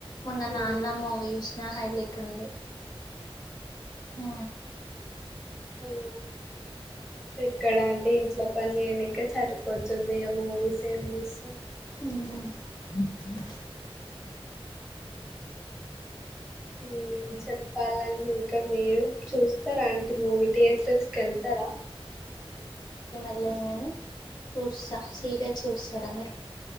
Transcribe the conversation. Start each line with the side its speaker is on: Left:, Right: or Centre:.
Left: మొన్న
Centre: అవును
Left: నాన్న మూవి చుసిన హైలైట్ ఉంది అ
Centre: అ ఎక్కడ అంటి ఇంట్లో పని చేయనికే సరిపోతుంది ఇగ మూవీస్ ఏం చూస్తా
Left: మ్
Centre: మ్ చెప్పాలండి ఇంకా మీరు చూస్తారా అంటి మూవీ థియేటర్స్కి వెళ్తారా
Left: వెళ్ళాం కాని చూస్తా సీరియల్ చూస్తారా మీరు